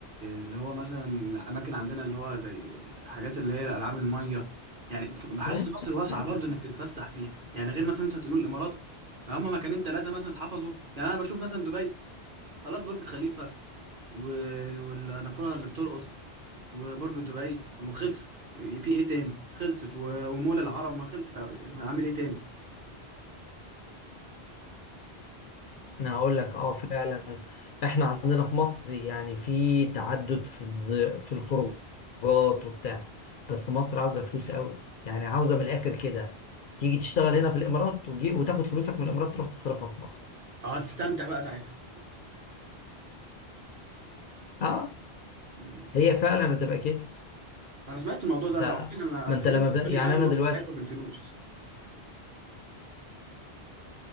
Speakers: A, on the right; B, on the left.
A: اللي هو مثلا الاماكن عندنا اللي هو زي حاجات اللي هي العاب الميه يعني ف- بحس
B: <laughs>
A: مصر واسعه
B: مم.
A: برضو انك تتفسح فيها يعني غير مثلا انت هتقول الامارات هم مكانين ثلاثه مثلا اتحفظوا يعني انا بشوف مثلا دبي خلاص برج خليفه و... والنافورة اللي بترقص وبرج دبي طب ما خلصت في ايه تاني خلصت و... ومول العرب ما خلصت هعمل ايه تاني
B: انا هقول لك اه فعلا احنا عندنا في مصر يعني في تعدد في الز... في الخروجات وبتاع بس مصر عاوزة فلوس قوي يعني عاوزة من الاخر كده تيجي تشتغل هنا في الامارات وتجي... وتاخد فلوسك من الامارات تروح تصرفها في مصر
A: هتستمتع بقى ساعتها
B: اه
A: مم.
B: هي فعلا هتبقى كده
A: انا سمعت الموضوع ده
B: انت
A: فعلا انا
B: ما انت
A: في
B: لما
A: ناس بتقول
B: ب... يعني
A: لي فعلا
B: انا
A: مصر
B: دلوقتي
A: حلوه بالفلوس